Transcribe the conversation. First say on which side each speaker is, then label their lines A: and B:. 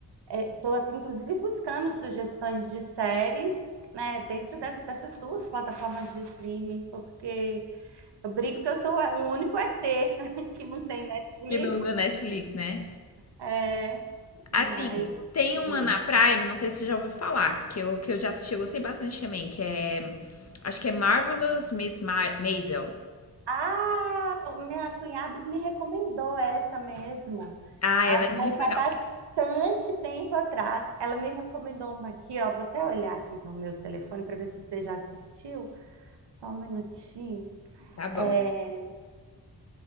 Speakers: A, on the right (about 80°); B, on the left (about 40°).
A: Estou até inclusive buscando sugestões de séries, né, dentro des- dessas duas plataformas de streaming, porque eu brinco que eu sou o único ET <laughs> que não tem Netflix.
B: Que não usa Netflix, né?
A: É,
B: Assim,
A: mas,
B: tem uma
A: hum.
B: na Prime, não sei se você já ouviu falar, que eu, que eu já assisti, eu gostei bastante também, que é. Acho que é Marvelous Miss Ma Maisel.
A: Ah, minha cunhada me recomendou essa mesmo,
B: Ah,
A: Ah,
B: ela é muito
A: mas
B: legal.
A: há bastante tempo atrás. Ela me recomendou uma aqui, ó. Vou até olhar aqui no meu telefone para ver se você já assistiu. Só um minutinho.
B: Tá bom.
A: É,